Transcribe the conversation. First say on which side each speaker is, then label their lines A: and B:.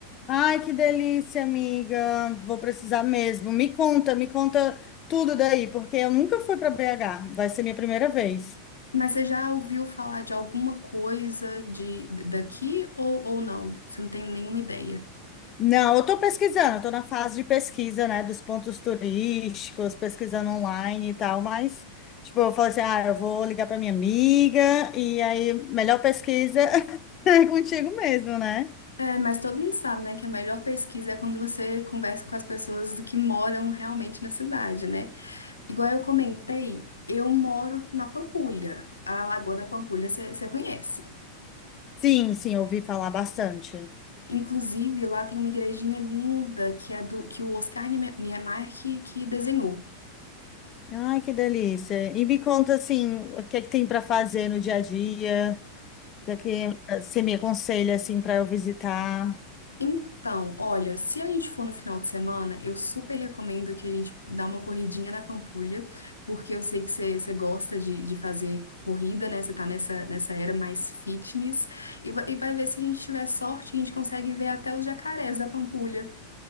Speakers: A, on the left (about 30°); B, on the left (about 80°).
A: Ai, que delícia, amiga, vou precisar mesmo. Me conta, me conta tudo daí, porque eu nunca fui para BH, vai ser minha primeira vez.
B: Mas você já ouviu falar de alguma coisa de daqui ou, ou não? Você não tem nenhuma ideia?
A: Não, eu estou pesquisando, estou na fase de pesquisa, né, dos pontos turísticos, pesquisando online e tal, mas, tipo, eu falei assim, ah, eu vou ligar para minha amiga, e aí, melhor pesquisa <laughs> é contigo mesmo, né?
B: É, mas todo mundo sabe, né, que a melhor pesquisa é quando você conversa com as pessoas que moram realmente na cidade, né? Igual eu comentei, eu moro na Pampulha, a Lagoa da Pampulha você conhece.
A: Sim, sim, ouvi falar bastante.
B: Inclusive, lá tem uma igrejinha linda que é do que o Oscar Niemeyer que, que desenhou.
A: Ai, que delícia. E me conta, assim, o que é que tem para fazer no dia a dia, o que é que eh, você me aconselha, assim, para eu visitar?
B: Então, olha, se a gente for no final de semana, eu super recomendo que a gente dá uma corridinha na Pampulha, porque eu sei que você você gosta de, de fazer corrida, né? Você tá nessa, nessa era mais fitness. E, va- e vai ver se a gente tiver sorte, a gente consegue ver até os jacarés da Pampulha.